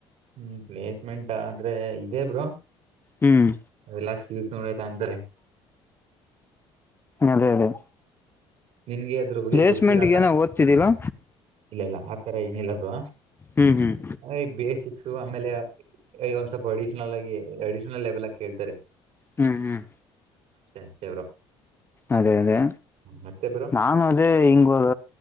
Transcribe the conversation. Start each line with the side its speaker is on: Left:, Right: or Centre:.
Right: ಹ್ಮ್ ಪ್ಲೇಸ್ಮೆಂಟ್ ಅಂದ್ರೆ ಇದೇ ಬ್ರೋ
Left: ಹ್ಮ್
Right: ಅ ಲಾ ಕಿವಸ್ ನೋಡತ ಅಂತಾರೆ
Left: ಅದೇ ಅದೇ
Right: ನಿನ್ಗೆ ಅದ್ರ ಬಗ್ಗೆ
Left: ಪ್ಲೇಸ್ಮೆಂಟ್ಗೆ
Right: ಗೊತ್ತಿರ
Left: ಏನೋ ಓದ್ತಿದ್ದೀರಾ
Right: ಇಲ್ಲ ಇಲ್ಲ ತರ ಏನಿಲ್ಲ ಬ
Left: ಹ್ಮ್ ಹ್ಮ್
Right: ಅ್ರೆ ಈ ಬೇಸಿಕ್ಸ್ ಆಮೇಲೆ ಒಂದ್ ಸ್ವಲ್ಪ ಹೊಡಿ ಅಡಿಷನಲ್ ಲೆವೆಲ್ ಆಕೇಳ್ತಾರೆ
Left: ಹ್ಮ್ ಹ್ಮ್
Right: ಅಷ್ಟೇ ಬ್ರೋ
Left: ಅದೇ ಅದೇ
Right: ಮತ್ತೆ ಬ್ರೋ
Left: ನಾನು ಅದೇ ಹಿಂಗಾಗ